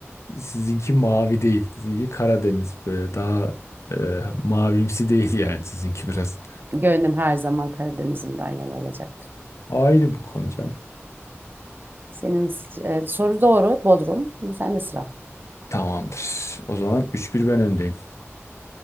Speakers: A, on the left; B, on the right.
A: sizinki mavi değil. Sizinki Karadeniz böyle daha e, mavimsi değil yani sizinki biraz.
B: gönlüm her zaman Karadeniz'imden yana olacaktır.
A: Ayrı bir konu canım.
B: Senin e, soru doğru Bodrum. Sen de sıra.
A: Tamamdır. O zaman 3-1 ben öndeyim.